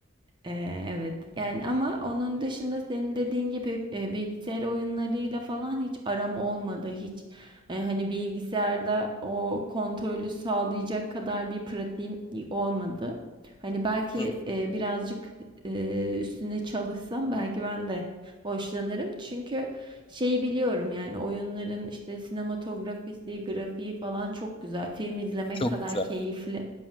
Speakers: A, on the right; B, on the left.
A: Ee, evet yani ama onun dışında senin dediğin gibi e, bilgisayar oyunlarıyla falan hiç aram olmadı. Hiç e, hani bilgisayarda o kontrolü sağlayacak kadar bir pratiğim olmadı. Hani belki
B: Hı,
A: e, birazcık e, üstüne çalışsam belki ben de hoşlanırım. Çünkü şeyi biliyorum yani oyunların işte sinematografisi, grafiği falan çok güzel. Film izlemek
B: çok
A: kadar
B: güzel.
A: keyifli.